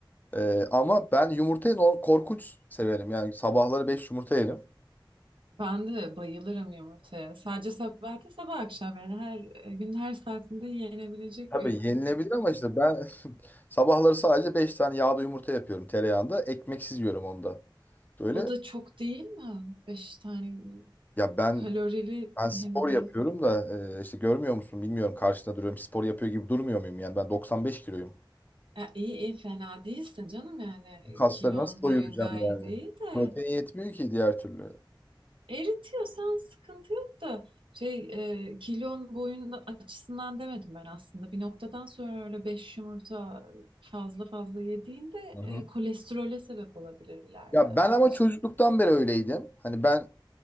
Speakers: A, on the left (about 20°); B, on the right (about 85°).
A: Ee, ama ben yumurtayı nor- korkunç severim. Yani sabahları 5 yumurta yerim.
B: Ben de bayılırım yumurtaya. Sadece sabah değil sabah akşam yani her e, gün her saatinde yenebilecek
A: Tabii
B: bir.
A: yenilebilir ama işte ben <laughs> sabahları sadece 5 tane yağda yumurta yapıyorum tereyağında. Ekmeksiz yiyorum onda. Böyle
B: O da çok değil mi? Beş tane
A: ya ben
B: kalorili
A: ben spor
B: hem de.
A: yapıyorum da e, işte görmüyor musun bilmiyorum karşında duruyorum spor yapıyor gibi durmuyor muyum yani ben 95 kiloyum.
B: Ya iyi iyi fena değilsin canım yani
A: Bu kasları
B: kilon
A: nasıl doyuracağım
B: boyun gayet
A: yani?
B: iyi de.
A: Protein yetmiyor ki diğer türlü.
B: Eritiyorsan sıkıntı yok da şey e, kilon boyun açısından demedim ben aslında. Bir noktadan sonra öyle beş yumurta fazla fazla yediğinde
A: Hı hı.
B: e, kolesterole sebep olabilir ileride
A: Ya ben
B: onun
A: ama
B: için.
A: çocukluktan beri öyleydim. Hani ben